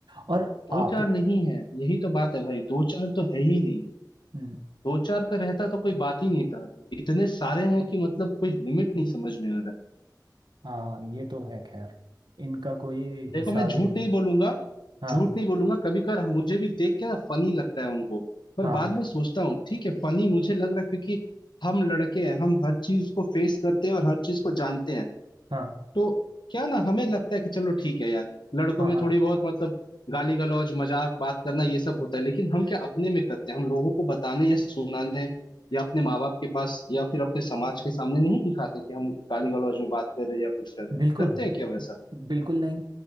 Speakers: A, on the right; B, on the left.
A: और
B: दो
A: आप
B: चार नहीं है यही तो बात है भाई दो चार तो है ही नहीं
A: हम्म
B: दो चार का रहता तो कोई बात ही नहीं था इतने सारे हैं कि मतलब कोई लिमिट नहीं समझ में आ रहा है।
A: हाँ ये तो है खैर इनका कोई
B: देखो
A: हिसाब
B: मैं झूठ
A: ही नहीं
B: नहीं बोलूंगा
A: हाँ
B: झूठ नहीं बोलूंगा कभी कभार मुझे भी देख के ना फनी लगता है उनको पर
A: हाँ
B: बाद में सोचता हूँ ठीक है फनी मुझे लग रहा है क्योंकि हम लड़के हैं हम हर चीज को फेस करते हैं और हर चीज को जानते हैं
A: हाँ
B: तो क्या ना हमें लगता है कि चलो ठीक है यार लड़कों
A: हाँ
B: में
A: हाँ
B: थोड़ी बहुत मतलब गाली गलौज मजाक बात करना ये सब होता है लेकिन हम क्या अपने में करते हैं हम लोगों को बताने या सुनाने या अपने माँ बाप के पास या फिर अपने समाज के सामने नहीं दिखाते कि हम गाली गलौज में बात कर रहे हैं या कुछ कर रहे हैं
A: बिल्कुल
B: करते हैं क्या वैसा
A: बिल्कुल नहीं